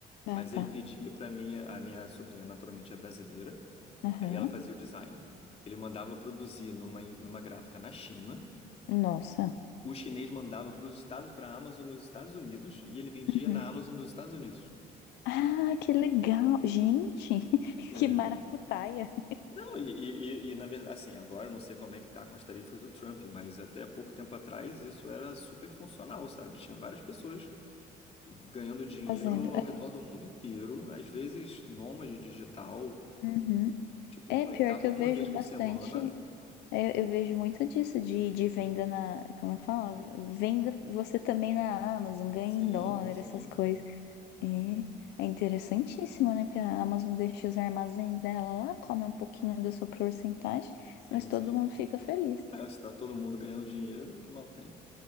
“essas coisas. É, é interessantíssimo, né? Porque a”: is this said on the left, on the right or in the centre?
Left